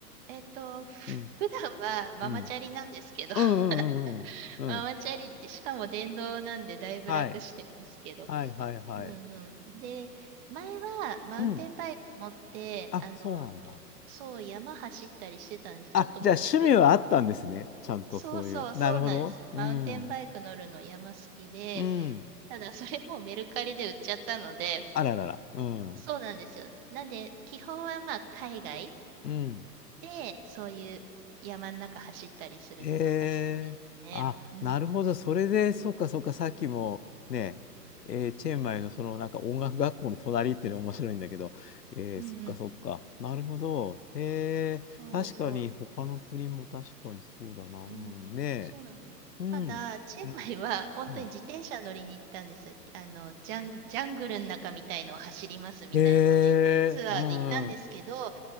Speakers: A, on the right; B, on the left.
A: えっと、<laughs> ふ普段はママチャリなんですけど、
B: うん。うん。
A: <laughs>
B: うんうんうんうん。
A: ママチャリで、
B: うん。
A: しかも電動なんでだいぶ楽してるんですけど。
B: はい。はいはいはい。
A: うんうん。で、前はマウンテンバイク持って、
B: うん。あ、
A: あの、
B: そうなんだ。
A: そう山走ったりしてたんです。
B: あ、
A: ちょっともうメル
B: じゃあ趣味はあったんですね。ちゃんとそういう。
A: そうそうそうなんです。
B: なるほど。
A: マウンテンバイク乗るの山好きで、
B: うん。うん。
A: ただそれもうメルカリで売っちゃったので、
B: あららら。うん。
A: そうなんですよ。なんで、基本はまあ海外
B: うん。
A: で、そういう山の中走ったりするのとか好きですね。
B: へえ。あ、
A: うん。
B: なるほど。それで、そっかそっか、さっきもね、えーチェンマイのそのなんか音楽学校の隣っていうのが面白いんだけど、えーそっかそっか。
A: うんうん。
B: なるほど。へえ。
A: そうそう。
B: 確かに、他の国も確かにそうだな。うん、
A: うん。
B: ね
A: そうなんです。
B: え。うん。
A: ただ、チェンマイは本当に自転車乗りに行ったんです。
B: うん。うん
A: あの、ジャン、ジャングルの中みたいのを走りますみたいので、
B: へえ。
A: ツアーで行ったんですけど、
B: うん。うん。